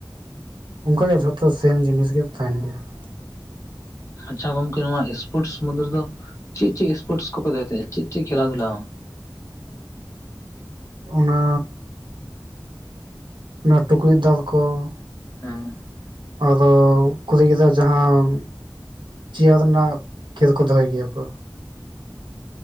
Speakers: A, on the right (about 85°); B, on the left (about 40°).
A: ᱚᱝᱠᱟ ᱜᱮ ᱡᱷᱚᱛᱚ ᱥᱮᱢ ᱡᱤᱱᱤᱥ ᱜᱮ ᱛᱟᱦᱮᱱ ᱜᱮᱭᱟ ᱾
B: ᱟᱪᱪᱷᱟ ᱜᱚᱝᱠᱮ, ᱱᱚᱣᱟ ᱥᱯᱳᱨᱴᱥ ᱢᱳᱫᱽᱫᱷᱮ ᱨᱮᱫᱚ ᱪᱮᱜ ᱪᱮᱜ ᱥᱯᱳᱨᱴᱥ ᱠᱚᱯᱮ ᱫᱚᱦᱚᱭ ᱛᱟᱦᱮᱸᱜᱼᱟ ᱪᱮᱜ ᱪᱮᱜ ᱠᱷᱮᱞᱟ ᱫᱷᱩᱞᱟ?
A: ᱚᱱᱟᱻ ᱚᱱᱟ ᱴᱩᱠᱩᱡ ᱫᱟᱞ ᱠᱚ ᱾
B: ᱦᱮᱸ ᱾
A: ᱟᱫᱚ, ᱠᱩᱨᱤ ᱜᱤᱫᱽᱨᱟᱹ ᱡᱟᱦᱟᱸ ᱪᱮᱭᱟᱨ ᱱᱟᱜ ᱠᱷᱮᱞ ᱠᱚ ᱫᱚᱦᱚᱭ ᱜᱮᱭᱟ ᱠᱚ ᱾